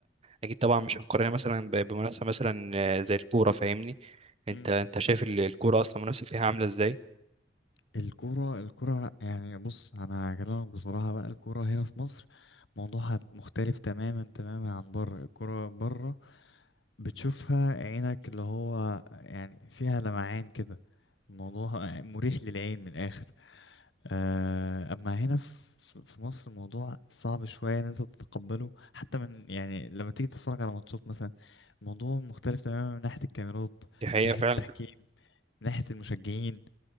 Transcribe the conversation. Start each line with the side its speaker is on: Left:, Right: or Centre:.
Right: أكيد طبعا مش هنقارنها مثلا ب- بمنافسة مثلا زي الكورة فاهمني أنت
Left: مم.
Right: أنت شايف ال- الكورة أصلا المنافسة فيها عاملة إزاي
Left: الكورة الكورة يعني بص أنا هكلمك بصراحة بقى الكورة هنا في مصر موضوعها مختلف تماما تماما عن بره الكورة بره بتشوفها عينك اللي هو يعني فيها لمعان كده الموضوع <laughs> مريح للعين من الآخر آه، أما هنا في في مصر الموضوع صعب شوية إن أنت تتقبله حتى من يعني لما تيجي تتفرج على ماتشات مثلا الموضوع مختلف تماما من ناحية الكاميرات
Right: دي حقيقة
Left: من ناحية
Right: فعلا
Left: التحكيم من ناحية المشجعين